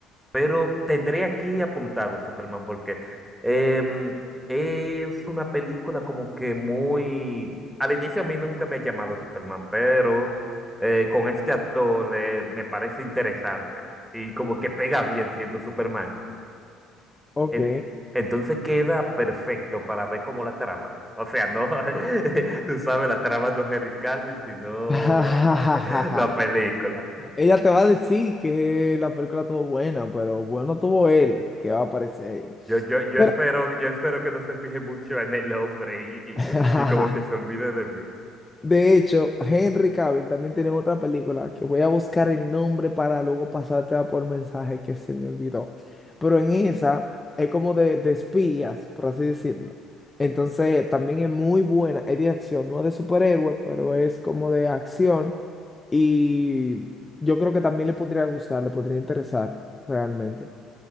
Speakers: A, in the centre; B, on the left.
A: Pero tendré aquí apuntado Superman porque em, es una película como que muy... Al inicio a mí nunca me ha llamado Superman, pero eh, con este actor eh, me parece interesante y como que pega bien siendo Superman.
B: ok.
A: En- entonces queda perfecto para ver como la trama. O sea, no, <laughs> tú sabes, la trama no es Henry Calvin, sino
B: <laughs>
A: <laughs> la película.
B: Ella te va a decir que la película estuvo buena, pero bueno tuvo él que va a aparecer ahí.
A: Yo, yo, yo
B: Pero,
A: espero, yo espero que no se fije mucho en el hombre y, y-
B: <laughs>
A: y como que se olvide de mí.
B: De hecho, Henry Cavill también tiene otra película que voy a buscar el nombre para luego pasártela por mensaje que se me olvidó. Pero en esa es como de, de espías, por así decirlo. Entonces, también es muy buena, es de acción, no es de superhéroe, pero es como de acción. Y yo creo que también le podría gustar, le podría interesar realmente.